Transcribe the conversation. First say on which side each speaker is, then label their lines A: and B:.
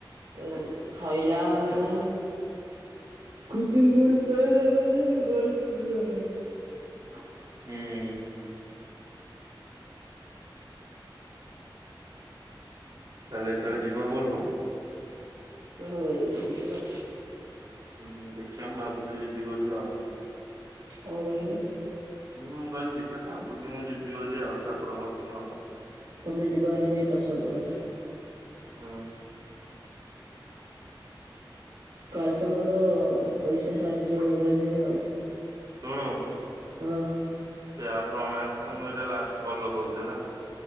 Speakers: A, on the right; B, on the right.
A: ଏ ସଇଲା ମାନେ ଖୁତୁରୁକୁଣୀ ସଇଲା ମାନେ ଗଣେଶ ପୂଜା ଭାଇ
B: ଉଁ, ତାହେଲେ ଏଥର ଯିବା ବଲବମ?
A: ହଁ ଭାଇ ଯିବୁନା।
B: ଉଁ, ହୁଁ ଦେଖିଆ ମୁଁ ଭାବୁଚି ଯିବି ବୋଲି ଆଉ।
A: କଣ କହିଲେ?
B: ମୁୁଁ କହିଲି ଦେଖିଆ ଭାବୁଚି ମୁଁ ଯିବି ବୋଲି ଆଉ ଠାକୁରଙ୍କ କତିକି ଆଉ।
A: ତୋମେ ଯିବ ଭାରି ଭାଇ ଦର୍ଶନ ଗଦି
B: ହୁଁ
A: କାଲି ତ ମୋର ପଇସା ସାରିଯିବ ମୋବାଇଲ୍ ଇଏ ଆଉ।
B: ଶୁଣୁ।
A: ହଁ।
B: ତୁ ଏଇ ଆପ୍ ରେ ଅନଲାଇନ୍ ମୁଁ ଏଇଟା ଲାଷ୍ଟ କଲ୍ ଲଗଉଚି ହେଲା।